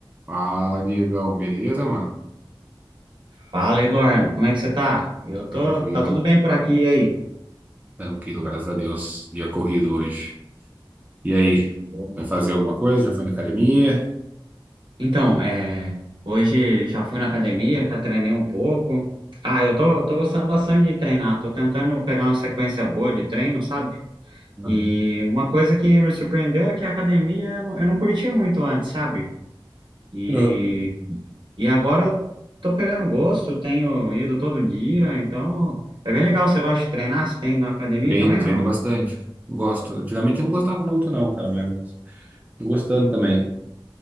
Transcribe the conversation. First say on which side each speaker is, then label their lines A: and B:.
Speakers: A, on the right (about 20°); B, on the right (about 65°).
A: Fala, Diegão, beleza, mano?
B: Fala, Eduardo, como é que você tá? Eu tô,
A: Tranquilo,
B: tá tudo bem por aqui, e aí?
A: tranquilo, graças a Deus. Dia corrido hoje. E aí,
B: Bom.
A: vai fazer alguma coisa? Já foi na academia?
B: Então, é, hoje já fui na academia, já treinei um pouco. Ah, eu tô, tô gostando bastante de treinar, tô tentando pegar uma sequência boa de treino, sabe?
A: Uhum.
B: E uma coisa que me surpreendeu é que a academia eu não, eu não curtia muito antes, sabe? E,
A: Ah.
B: e agora eu tô pegando gosto, tenho ido todo dia, então é bem legal. Você gosta de treinar? Você tem ido na academia
A: Treino,
B: também
A: treino
B: ou não?
A: bastante. Gosto. Antigamente eu não gostava muito, não, cara, mas tô gostando também. O